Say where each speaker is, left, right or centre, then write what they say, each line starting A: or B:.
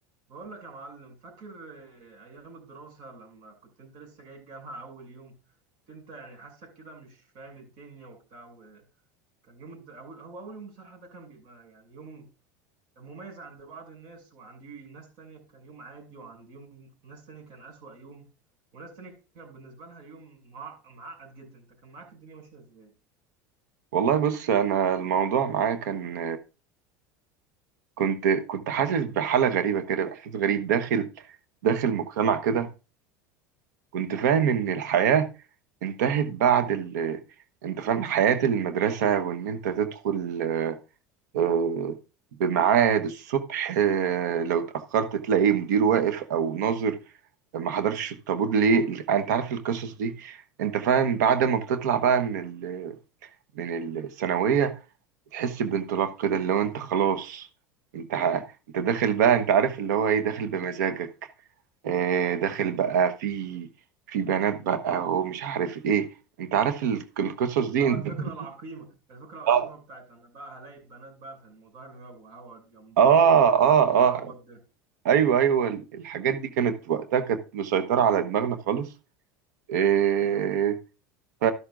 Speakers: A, on the right (about 60°); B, on the right (about 80°).
A: بقول لك يا معلم فاكر آه، ايام الدراسة لما كنت انت لسه جاي الجامعة <laughs> اول يوم كنت انت يعني حاسك كده مش فاهم الدنيا وبتاع وكان يوم الد... أول... هو اول يوم بصراحة ده كان بيبقى يعني يوم مميز عند بعض الناس وعندي ناس تانية كان يوم عادي وعند يوم ناس تانية كان أسوأ يوم وناس تانية كان بالنسبة لها يوم مع... معقد جدا انت كان معاك الدنيا ماشية ازاي
B: والله بص انا الموضوع معايا كان كنت كنت حاسس بحالة غريبة كده بإحساس غريب داخل داخل مجتمع كده كنت فاهم ان الحياة انتهت بعد ال انت فاهم حياة المدرسة وان انت تدخل آه، آه، بميعاد الصبح آه، لو اتأخرت تلاقي مدير واقف او ناظر ما حضرش الطابور ليه انت عارف القصص دي انت فاهم بعد ما بتطلع بقى من ال... من الثانوية تحس بانطلاق كده اللي هو انت خلاص انت ه- انت داخل بقى انت عارف اللي هو ايه داخل بمزاجك اه داخل بقى في في بنات بقى ومش عارف ايه انت عارف ال- القصص دي
A: اه
B: انت
A: الفكرة
B: <laughs>
A: العقيمة الفكرة العقيمة
B: اه
A: بتاعت انا بقى هلاقي بنات بقى في المدرج وهقعد جنبهم
B: اه اه
A: والعبط
B: اه
A: ده
B: ايوه ايوه ال- الحاجات دي كانت وقتها كانت مسيطرة على دماغنا خالص اه ف